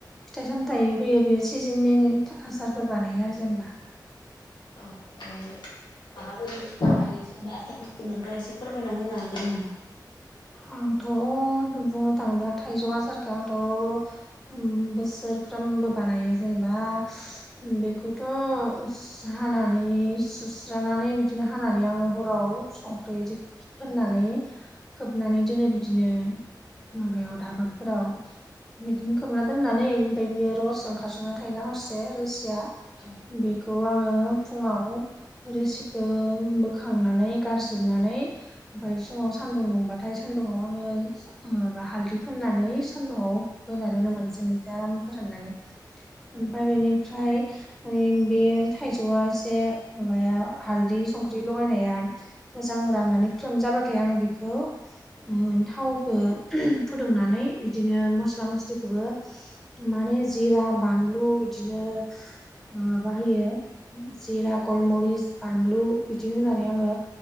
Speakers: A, in the centre; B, on the left.
A: फिथाइ सामथायाइ फैयो बे सिजेननिनि थाख आसारफोर बानायो आरो जेनोबा। <unintelligible>
B: औ ओ माबोरै <unintelligible> जेनब्ला आसारफोरखौ नोंथाङा एसे फोरमायना होनो हागोन नामा?
A: आंथ' बुंनो थाङोब्ला थाइजौ आसारखौ आंथ' उम बोसोर फ्रामबो बानायो जेनोबा उम बेखौथ' <unintelligible> हानानै सुस्रानानै बिदिनो हानानै आङो हराव संख्रि इदि फोनानै खोबनानै जोङो बिदिनो माबायाव दाबोरफोराव बिदिनो खोमना दोननानै बायदि रस ओंखारजोबना थायो ना हरसे रोसिया?
B: <unintelligible>
A: बेखौ आङो फुङाव रोसिखौ बोखांनानै गारजोबनानै ओमफ्राय फुङाव सान्दुं दुंबाथाय सान्दुंआव आङो माबा हालदै फोननानै सान्दुंआव होना दोनो मोनसे मोनसे आराम फोराननानै। ओमफ्राय बेनिफ्राय है बे थाइजौआ एसे माबाया हालदै संख्रि लगायनाया मोजां राननानै फ्रोम जाबाथाय आङो बेखौ ओ थावखौ फुदुंनानै बिदिनो मस्ला मस्लिखौबो माने जिरा बानलु बिदिनो माबा होयो जिरा गलमरिस बानलु बिदि होनानै आङो